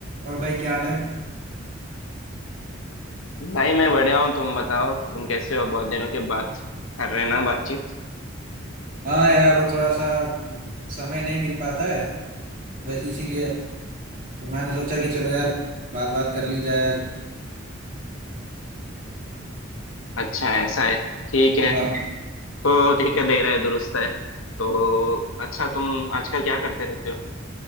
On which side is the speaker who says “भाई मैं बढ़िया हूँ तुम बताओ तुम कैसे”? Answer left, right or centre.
Left